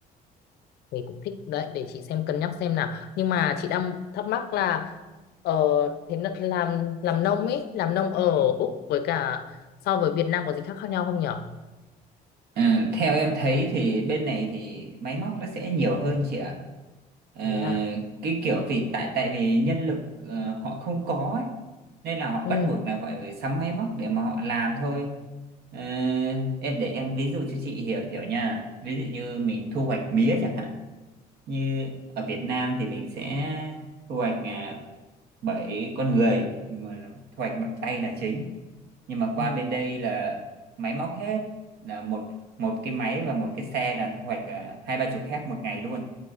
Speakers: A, on the left (about 70°); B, on the right (about 70°).
A: thì cũng thích đấy để chị xem cân nhắc xem nào nhưng mà chị đang thắc mắc là ờ, thế n- làm làm nông ấy làm nông ở Úc với cả so với Việt Nam có gì khác khác nhau không nhở
B: Ừ, theo em thấy thì bên này thì máy móc nó sẽ nhiều hơn chị ạ. Ờ,
A: thế à
B: cái kiểu vì tại tại vì nhân lực ờ, họ không có ấy, nên là họ
A: ừ.
B: bắt buộc là phải sắm máy móc để mà họ làm thôi. Ờ, em để em ví dụ cho chị hiểu hiểu nha. Ví dụ như mình thu hoạch mía chẳng hạn. Như ở Việt Nam thì mình sẽ thu hoạch à, bởi con người mà thu hoạch bằng tay là chính nhưng mà qua
A: Ừ.
B: bên đây là máy móc hết là một một cái máy và một cái xe là thu hoạch à, hai ba chục héc một ngày luôn